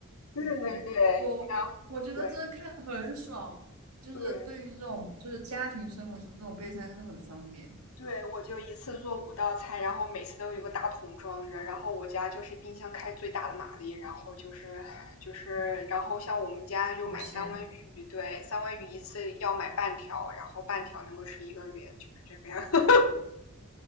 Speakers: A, on the left; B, on the right.
A: 对对对
B: 我我觉得真的看得很爽，
A: 对
B: 就是对于这种就是家庭生活中这种备餐真的很方便，
A: 对对，我就一次做五道菜，然后每次都有一个大桶装着，然后我家就是冰箱开最大的马力，然后就是就是，然后像我们家就买三文鱼，
B: 保鲜。
A: 对，三文鱼一次要买半条，然后半条能够吃一个月，就是这个样。